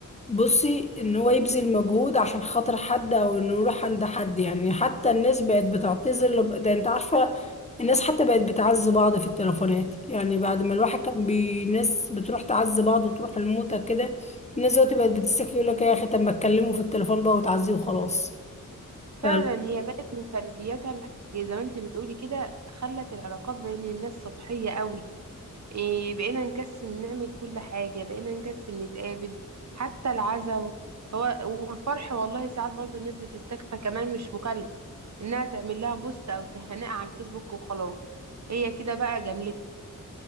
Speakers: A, on the left; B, on the right.
A: بصي ان هو يبذل مجهود عشان خاطر حد او انه يروح عند حد يعني حتى الناس بقت بتعتذر لب... ده انت عارفة الناس حتى بقت بتعز بعض في التليفونات يعني بعد ما الواحد كان بي... الناس بتروح تعز بعض وتروح الموتى كده الناس دلوقتي بقت بتستكفي يقول لك يا اخي طب ما اتكلموا في التليفون بقى وتعزيه وخلاص ف...
B: فعلا هي بقت من سلبياتها الح- زي ما انت بتقولي كده خلت العلاقات بين الناس سطحيه قوي إيه بقينا نكسل نعمل كل حاجة بقينا نكسل نتقابل حتى العزاء هو والفرح والله ساعات برضو الناس بتستكفى كمان مش مكالمة انها تعمل لها بوست او تهنئة على الفيسبوك وخلاص هي كده بقى جملتها